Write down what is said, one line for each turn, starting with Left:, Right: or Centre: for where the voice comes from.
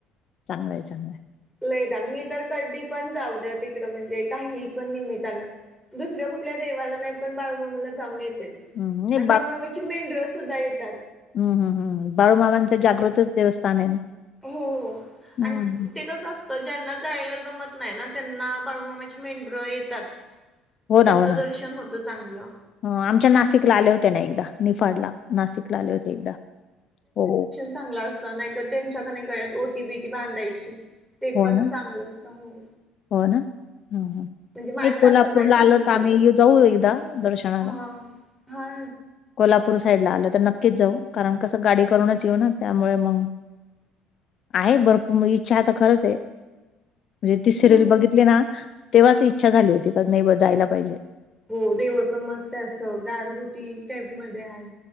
Left: चांगलंय चांगलंय
Centre: लयदा मी तर कधी पण जाऊ द्या तिकड म्हणजे काही पण निमित्तानं दुसऱ्या कुठल्या देवाला नाही पण बाळूमामाला जाऊन येते
Left: हं. नाही
Centre: आणि बाळूमामाची मेंढळं सुद्धा येतात
Left: हम् हम् हम् बाळूमामाचं जागृतच देवस्थान आहे ना
Centre: हो हो
Left: हं.
Centre: आणि ते कसं अस तर ज्यांना जायला जमत नाही ना त्यांना बाळूमामाची मेंढर येतात
Left: हो
Centre: त्येचं
Left: ना, हो ना.
Centre: दर्शन होतं चांगलं
Left: आमच्या नाशिकला आले होतेया ना एकदा निफाडला नाशिकला आले होते एकदा हो
Centre: चांगला असत नाही तर त्यांच्याका गळ्यात ओटी बीटी बांधायची ते
Left: हो
Centre: पण
Left: ना,
Centre: चांगलं असत हो
Left: हो ना हम हम
Centre: म्हणजे माझ्या
Left: एक
Centre: सासूबाई
Left: कोल्हापूरला
Centre: सांगत
Left: आलोत
Centre: होत्या.
Left: आम्ही जाऊ एकदा दर्शनाला
Centre: हा हा
Left: कोल्हापूर साईडला आलं तर नक्कीच जाऊ कारण कसं गाडी करूनच येऊ ना त्यामुळे मग आहे भरपूर मग इच्छा खरंच आहे म्हणजे ती सिरियल
Centre: हो.
Left: बघितली ना तेव्हाच इच्छा झाली होती का नाही बा जायला पाहिजे
Centre: हो देवाचं पण मस्त अस गारगुटी टाईप मध्ये आहे